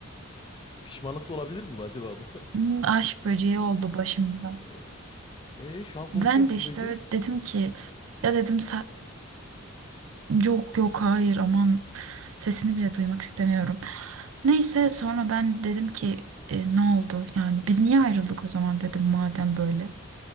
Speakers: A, on the left; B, on the right.
A: <laughs> Pişmanlık da olabilir mi bu acaba bu?
B: Hmm, Aşk böceği oldu başımda.
A: <laughs> E e, şu an konuşuyor
B: Ben
A: musun
B: de işte
A: peki?
B: öyle dedim ki ya dedim "sa- Yok yok hayır aman sesini bile duymak istemiyorum. Neyse sonra ben dedim ki "E, ne oldu yani biz niye ayrıldık o zaman dedim madem böyle.